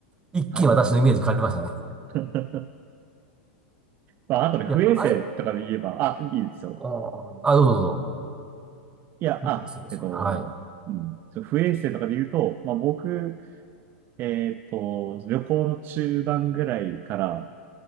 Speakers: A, on the right (about 15°); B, on the right (about 35°).
A: 一気に私のイメージ変わりましたね。
B: はい。<laughs> まあ、あとね、不衛生とかで言えば、
A: いや、あれ
B: あ、いいですよ。
A: おーあ、どうぞど
B: いや、
A: うぞ。
B: あ、
A: そうですねはい。
B: えっと、うん、ちょ不衛生とかで言うと、まあ僕、えっと、旅行の中盤ぐらいから、